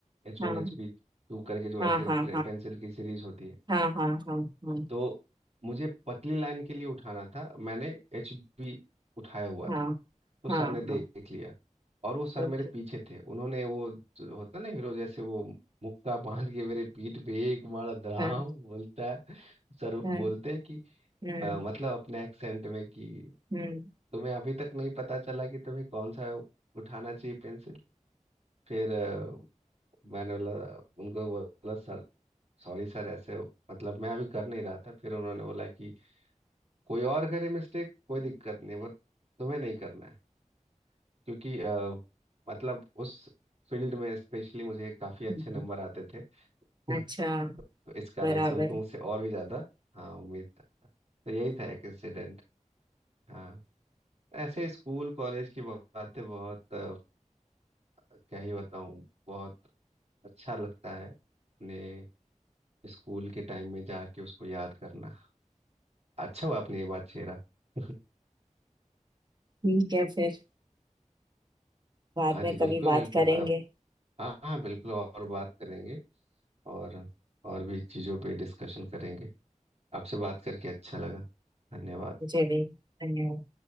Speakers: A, on the right (about 50°); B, on the right (about 35°).
A: H one
B: हाँ
A: H B two करके जो
B: हाँ
A: ऐसे
B: हाँ
A: पे- पेंसिल की सीरीज होती है
B: हाँ हाँ हाँ हाँ हाँ
A: तो मुझे पतली लाइन के लिए उठाना था मैंने एच बी उठाया हुआ था
B: हाँ
A: तो सर
B: हाँ हाँ हाँ
A: ने देख
B: हाँ
A: लिया और वो सर
B: ओके
A: मेरे पीछे थे उन्होंने वो जो होता ना हीरो जैसे वो मुक्का बांध के मेरे पीठ पे एक मारा धड़ाम
B: हाँ
A: बोलता है सर
B: हाँ
A: बोलते हैं कि
B: हम्म
A: अ, मतलब अपने एक्सेंट में कि
B: हम्म
A: तुम्हें अभी तक नहीं पता चला कि तुम्हें कौन सा उठाना चाहिए पेंसिल फिर अ, मैंने बोला उनको बोला सर सॉरी सर ऐसे हो मतलब मैं अभी कर नहीं रहा था फिर उन्होंने बोला कि कोई और करे मिस्टेक कोई दिक्कत नहीं बट तुम्हें नहीं करना है क्योंकि अ, मतलब उस फील्ड में स्पेशली मुझे काफ़ी अच्छे
B: हम्म,
A: नंबर आते थे <laughs>
B: अच्छा
A: तो इस कारण
B: बराबर
A: से उनको मुझसे और भी ज़्यादा हाँ उम्मीद था तो यही था एक इंसिडेंट हाँ ऐसे स्कूल कॉलेज की बातें बहुत अ, क्या ही बताऊं बहुत अच्छा लगता है अपने स्कूल के टाइम में जाके उसको याद करना अच्छा हुआ आपने ये बात छेड़ा <laughs>
B: ठीक है फिर बाद
A: हाँ
B: में
A: जी बिल्कुल
B: कभी बात
A: बिल्कुल
B: करेंगे
A: अब हाँ हाँ बिल्कुल और बात करेंगे और और भी चीज़ों पे डिस्कशन करेंगे आपसे बात करके अच्छा लगा धन्यवाद
B: मुझे भी धन्यवाद